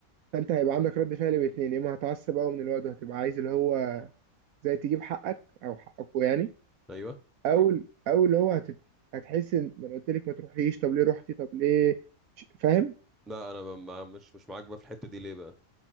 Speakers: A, on the right; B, in the centre.
A: فانت هيبقى عندك رد فعل باتنين يا اما هتعصب قوي من الواد وهتبقى عايز اللي هو زي تجيب حقك او حقكوا يعني
B: ايوه
A: او او اللي هو هتت... هتحس ان ما انا قلت لك ما تروحيش طب ليه رحتي طب ليه مش- فاهم
B: لا انا ب- ما مش مش معاك بقى في الحته دي ليه بقى